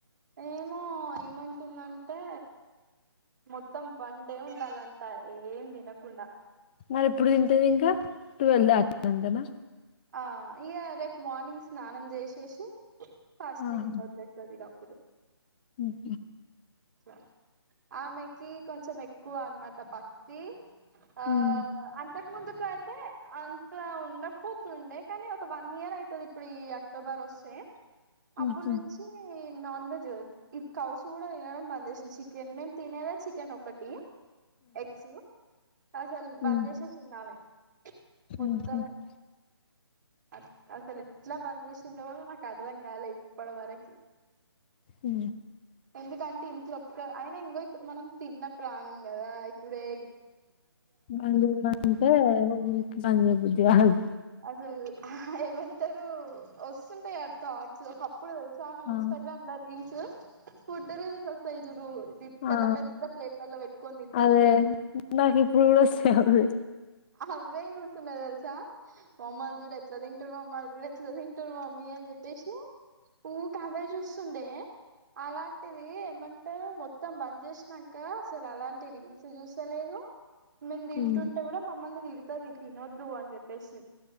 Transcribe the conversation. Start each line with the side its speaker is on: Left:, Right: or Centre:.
Right: ఏమో ఏమనుకుందంటే మొత్తం వన్ డే ఉండాలంత ఏం తినకుండా
Left: మరి ఎప్పుడు తింటేది ఇంకా టువెల్ దాటినంక నా
Right: ఆ ఇగ రేపు మార్నింగ్ స్నానం చేసేసి ఫాస్టింగ్
Left: ఆహా
Right: వదిలేస్తది ఇగ <inaudible>
Left: ఉమ్
Right: అ ఆమెకి కొంచెం ఎక్కువ అనమాట భక్తి అ
Left: ఉమ్
Right: అంద ముందుకు అయితే అంత ఉండకపోతుండే కానీ ఒక వన్ ఇయర్ అవుతుంది ఇప్పుడు ఈ అక్టోబర్ సే
Left: ఉమ్
Right: అప్పటినుంచి ఈ నాన్ వెజ్ ఈకౌ చూడము కూడా తిండం బంద్ చేసిన చికెన్ మేము తినేదా చికెన్ ఒకటి ఎగ్స్ అసలు
Left: ఉమ్
Right: బంద్ చేసెసింది ఆమె
Left: ఉమ్
Right: మొత్తమే
Left: ఉహు <inaudible>
Right: అ అసలు ఎట్లా బంద్ చేసిందో కూడా నాకు అర్థం కాలే ఇప్పటి వరకి
Left: ఉ
Right: ఎందుకంటే ఇంట్లో ఒక అయినా ఇంకో ఇప్పుడు మనం తిన్న ప్రాణం కదా ఇప్పుడే
Left: ఎందుకంటే పంచే బుద్ధి కాదు
Right: అసలు ఏమంటారు వస్తుంటాయి ఆ థాట్స్ ఒక ఇప్పుడు తెలుసాను
Left: ఆ
Right: ఇన్స్టాగ్రామ్ లో రీల్స్ ఫుడ్ రీల్స్ వస్తాయి చూడు ఇది పెద్ద
Left: ఆ
Right: పెద్ద ప్లేట్లల్లో పెట్టుకొని తింటారు
Left: అదే
Right: చూడు
Left: నాకు ఇప్పుడు కూడా వస్తాయ్ అవి
Right: అవే వస్తున్నాయి తెలుసా మామ్మలు చూడు ఎట్లా తింటూరో మామ్మలు చూడు ఎట్లా తిం టూరో మమ్మీ అని చెప్పేసి ఊకే అవే చూస్తుండే అలాంటిది ఏమంటారు మొత్తం బంద్ చేసినంక అసలు అలాంటి రీల్స్ చూస్తలేదు మేము తింటుంటే
Left: ఉమ్
Right: కూడా మమ్మల్ని తిడుతది తినొద్దు అని చెప్పేసి